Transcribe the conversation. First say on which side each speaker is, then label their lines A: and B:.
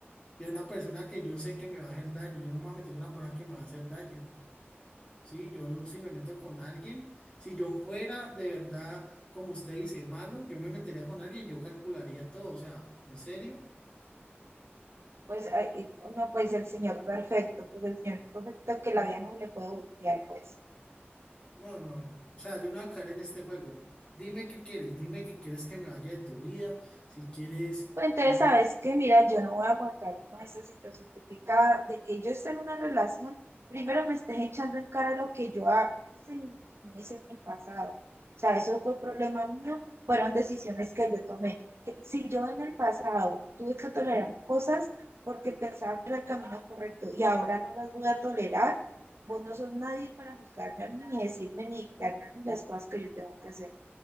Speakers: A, on the left; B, on the right.
A: Y a una persona que yo sé que me va a hacer daño, yo no me voy a meter con una persona que me va a hacer daño. Sí, yo si me meto con alguien, si yo fuera de verdad, como usted dice, malo, yo me metería con alguien, yo calcularía todo, o sea, en serio.
B: No, Pues, ay, no, pues el señor perfecto, pues el señor perfecto que la vida no se le puede voltear, pues.
A: No, no. no. O sea, yo no voy a caer en este juego. Dime qué quieres, dime que quieres que me vaya de tu vida. Si quieres,
B: Pues entonces,
A: me
B: ¿sabes qué? Mira, yo no voy a aguantar más esa situación de que, cada, de que yo esté en una relación, primero me estés echando en cara lo que yo ha- hice en meses en el pasado. O sea, eso fue problema mío, fueron decisiones que yo tomé. Que si yo en el pasado tuve que tolerar cosas porque pensaba que era el camino correcto y ahora no las voy a tolerar, vos no sos nadie para juzgarme a mí, ni decirme, ni dictarme a mí las cosas que yo tengo que hacer.